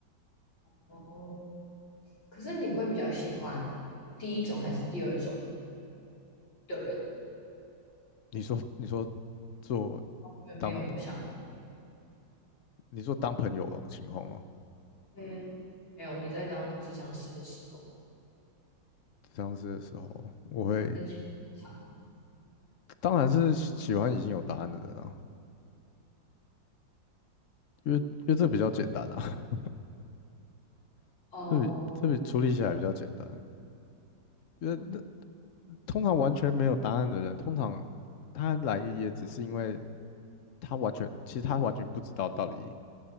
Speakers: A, on the left; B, on the left.
A: 哦，可是你会比较喜欢第一种还是第二种的人？
B: 你说，你说做
A: 就没有想，
B: 当，你说当朋友的情况吗？
A: 嗯，没有，你在当智商师的时候，
B: 上次的时候，我会
A: 还是其实差
B: 当然是喜欢已经有答案的人啊，因为因为这比较简单啊，<laughs>
A: 哦，
B: 这比这比处理起来比较简单。因为那通常完全没有答案的人，通常他来也只是因为他完全，其实他完全不知道到底